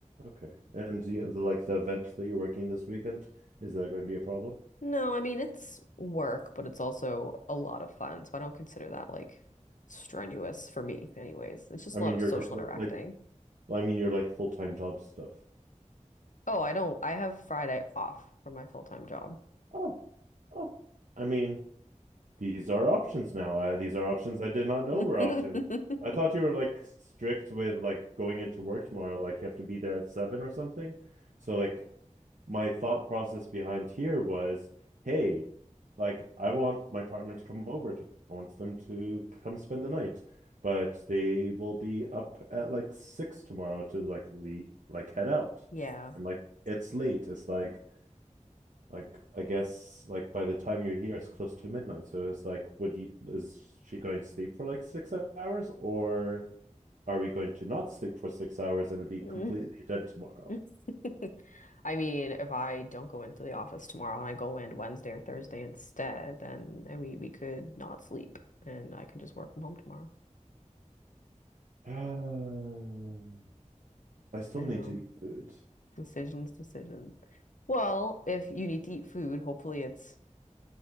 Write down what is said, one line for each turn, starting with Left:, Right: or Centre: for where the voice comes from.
Right: okay. And you, like the event that you're working this weekend, is that going to be a problem?
Left: No, I mean, it's work, but it's also a lot of fun. So I don't consider that like strenuous for me, anyways. It's just
Right: I
Left: a
Right: mean,
Left: lot of
Right: you're
Left: social interacting.
Right: uh, like I mean, you're like full-time job stuff.
Left: Oh, I don't, I have Friday off from my full-time job.
Right: Oh, oh. I mean, These are options now. Uh, these are options I did not know were
Left: <laughs>
Right: options. I thought you were like strict with like going into work tomorrow, like you have to be there at seven or something. So like my thought process behind here was, hey, like I want my partner to come over. To, I want them to come spend the night, but they will be up at like six tomorrow to like le like head out.
Left: Yeah.
Right: And like it's late. It's like like I guess like by the time you're here, it's close to midnight. So it's like, would you is she going to sleep for like six hours, or are we going to not sleep for six hours and be completely
Left: Mm.
Right: dead tomorrow?
Left: <laughs> I mean, if I don't go into the office tomorrow and I go in Wednesday or Thursday instead, then we we could not sleep and I could just work from home tomorrow.
Right: Um, I still
Left: I
Right: need
Left: know.
Right: to eat food.
Left: Decisions, decisions. Well, if you need to eat food, hopefully it's